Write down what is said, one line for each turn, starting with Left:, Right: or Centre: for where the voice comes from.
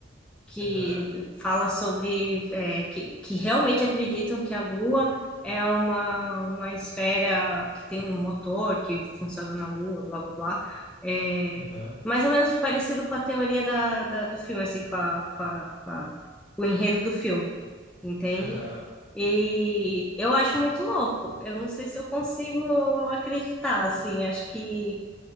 Centre: que
Left: Aham,
Centre: fala sobre é, que, que realmente acreditam que a Lua é uma, uma esfera que tem um motor que funciona na Lua, blá blá blá. É,
Left: aham,
Centre: mais ou menos parecido com a teoria da, da- do filme, assim, com a, com a- com a- o enredo do filme, entende?
Left: aham.
Centre: E eu acho muito louco. Eu não sei se eu consigo acreditar, assim, acho que